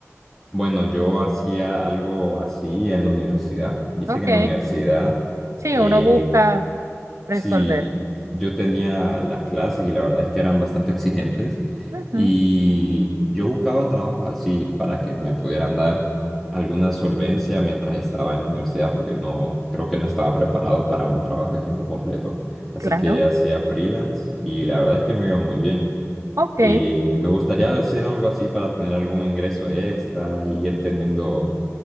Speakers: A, in the centre; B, on the right (about 75°).
A: bueno, yo hacía algo así en la universidad. Viste
B: Ok,
A: que en la universidad
B: sí,
A: eh,
B: uno busca resolver.
A: Sí, yo tenía las clases y la verdad es que eran bastante exigentes
B: Ujú,
A: y yo buscaba trabajos así para que me pudieran dar alguna solvencia mientras estaba en la universidad porque no creo que no estaba preparado para un trabajo de tiempo completo, así
B: claro.
A: que hacía freelance y la verdad es que me iba muy bien.
B: Ok.
A: Eh, me gustaría hacer algo así para tener algún ingreso extra y ir teniendo